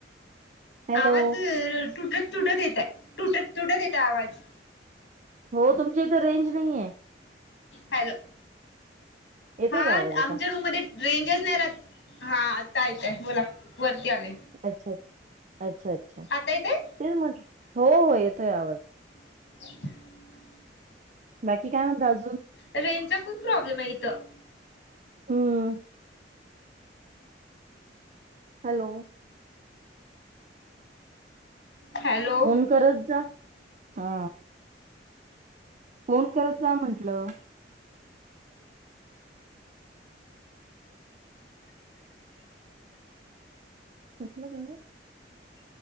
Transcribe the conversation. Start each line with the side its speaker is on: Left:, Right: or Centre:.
Right: हॅलो,
Left: आवाज अ तुटत तुटत येताय, तुटत तुटत येताय आवाज.
Right: हो, तुमच्या इथं रेंज नाही हाय.
Left: हॅलो.
Right: येतोय
Left: हा
Right: का आवाज आता?
Left: आमच्या रूम मधे रेंजस नाही रहात. हा आता येताय बोला, वरती आले.
Right: अच्छा अच्छा अच्छा.
Left: आता येतय.
Right: तेच म्हटलं, हो ओ येतोय आवाज.
Left: अ <inaudible>
Right: बाकी काय म्हणता अजून?
Left: रेंजचा खूप प्रॉब्लेम हाय इथं.
Right: हं अ. हॅलो.
Left: हॅलो
Right: फोन करत जा. हा. फोन करत जा म्हटलं. सपलं का ग?